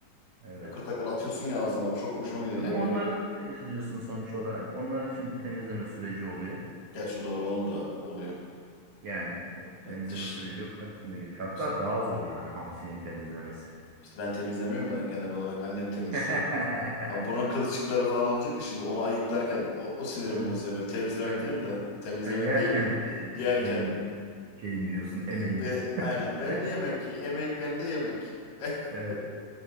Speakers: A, on the right; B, on the left.
A: evet.
B: Takır takır atıyorsun ya ağzına. O çok hoşuma gidiyor.
A: Ama
B: Leblebi
A: onları
B: gibi.
A: da temizliyorsun sonuç olarak. Onlar için de temizleme süreci oluyor.
B: Gerçi doğru onu da oluyor.
A: Yani o
B: Yani
A: temizleme
B: dış
A: süreci onlar için de geç. Hatta
B: işte,
A: daha zor yani hamsinin temizlemesi.
B: işte ben temizlemiyorum ya genel olarak annem temizliyor.
A: <laughs>
B: Abi bunun kılçıkları falan olacak ya şimdi onu ayıklarken o, o sinirim
A: Evet.
B: bozuyor ben. Temizlemek
A: Tabii.
B: değil
A: bir-
B: de temizlemek
A: e, Yerken
B: değil de
A: e,
B: yerken
A: benim şeyim diyorsun, emeğim.
B: e, be- aynen
A: <laughs>
B: benim yemek emek benim de yemek. <laughs>
A: E,